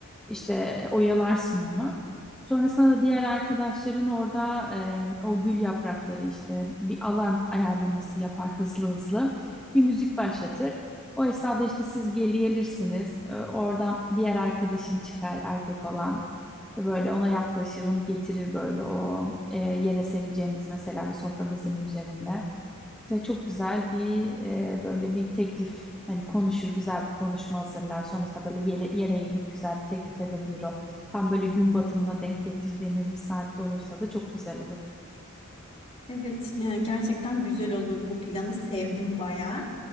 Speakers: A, in the centre; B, on the left.
A: İşte oyalarsın onu. Sonrasında da diğer arkadaşların orada em, o gül yaprakları işte bir alan ayarlaması yapar hızlı hızlı. Bir müzik başlatır. O esnada işte siz geliyelirsiniz. Ee, Oradan diğer arkadaşın çıkar erkek olan. Ve Böyle ona yaklaşır, onu getirir böyle o e, yere sereceğiniz mesela bir sofra bezinin üzerinde. İşte çok güzel bir e, böyle bir teklif hani konuşur, güzel bir konuşma hazırlar. Sonrasında böyle yele- yere eğilip güzel bir teklif edebilir o. Tam böyle gün batımına denk getirdiğiniz bir saatte olursa da çok güzel olur.
B: Evet, e, gerçekten güzel olur bu planı sevdim bayağı.